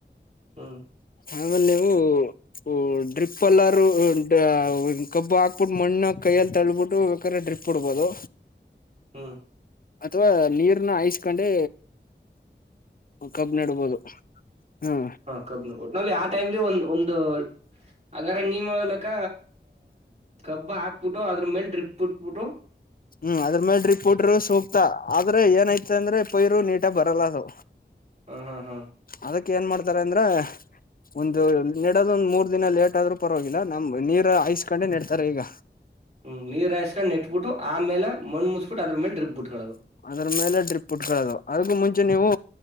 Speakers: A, on the right (about 35°); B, on the left (about 50°).
A: ಹ್ಮ್
B: ಆಮೇಲೆ ನೀವು ಉ ಡ್ರಿಪ್ ಅಲ್ಲಾರೂ ಡ ಕಬ್ಬು ಹಾಕ್ಬುಟ್ಟು ಮಣ್ಣ ಕೈಯಲ್ಲಿ ತಲ್ಬುಟ್ಟು ಬೇಕಾದ್ರೆ ಡ್ರಿಪ್ ಬುಡಬೋದು
A: ಹ್ಮ
B: ಅಥವಾ ನೀರ್ನ ಐಸ್ಕಂಡೆ ಕಬ್ ನಡ್ಬಹದು ಹ್ಮ
A: ಕಬ್ ಒಟ್ನಲ್ಲಿ ಆ ಟೈಮ್ಲಿ ಒ ಒಂದು್ ಹಂಗ ನೀವೇ ಹೇಳೋ ಲೆಕ್ಕ ಕಬ್ಬ ಹಾಕ್ಬಿಟ್ಟು ಅದ್ರ ಮೇಲೆ ಡ್ರಿಪ್ಪ್ಬಟ್ಬಿಟ್ಟು
B: ಹ್ಮ್ ಅದ್ರ ಮೇಲ್ ರಿಪೋಟರು ಸೂಕ್ತ ಆದ್ರೆ ಏನಐತ ಅಂದ್ರೆ ಪೈರು ನೀಟ ಬರಲ್ಲ ಅದು.
A: ಹಾ ಹಾ ಹಾ.
B: ಅದಕ್ ಏನ್ ಮಾಡ್ತಾರ ಅಂದ್ರ ಒಂದು ನೆಡೋದ ಒಂದ್ ಮೂರ್ ದಿನ ಲೇಟ್ ಆದ್ರೂ ಪರವಾಗಿಲ್ಲ ನಮ್ ನೀರ್ ಹಐಸ್ಕೊಂಡೆ ನೆಡ್ತಾರೆ ಈಗ.
A: ಹ್ಮ್ ನೀರ್ ಹಾಯಸ್ಕೊಂಡ ನೆಟ್ಬಿಟ್ಟು ಆಮೇಲೆ ಮುಿಸಬಟ್ಟ ಅದ್ರ ಮೇ ಡ್ರಿಪ್ ಬಿಟ್ಕೊಳ್ಳೋದು
B: ಅದ್ರ ಮೇಲೆ ಡ್ರಿಪ್ ಬಿಟ್ಕೋಳೋದು ಅದಕ್ಕೂ ಮುಂಚೆ ನೀವು